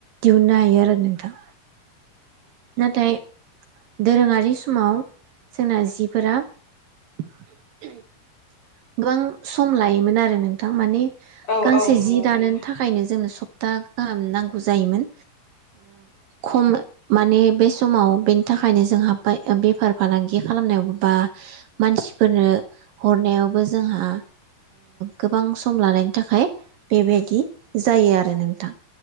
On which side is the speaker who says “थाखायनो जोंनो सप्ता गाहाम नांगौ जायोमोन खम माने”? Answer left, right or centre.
Right